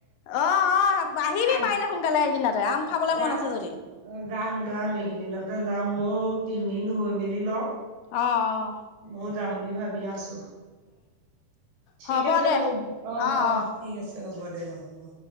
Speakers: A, on the left; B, on the right.
A: অ অ আহিবি
B: আই
A: পাৰিলে সোনকালে সকিনতে আম খাবলৈ
B: যা
A: মন আছে যদি
B: যাম যাম এইকেইদিনতে যাম ময় তিনদিন হৈ মেলি লওক
A: আহ! আহ!
B: ময়ো যাম বুলি ভাবি আছো। ঠিক
A: হ'ব
B: আছে
A: দে
B: বাৰু আহ
A: অ
B: আহ
A: অ
B: ঠিক আছে হ'ব দে অ হ'ব।